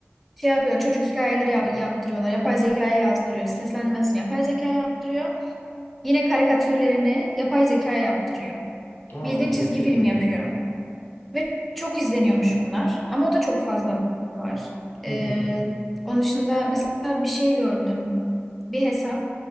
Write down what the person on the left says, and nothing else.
Aa
çok
ilginç.
Hı hı.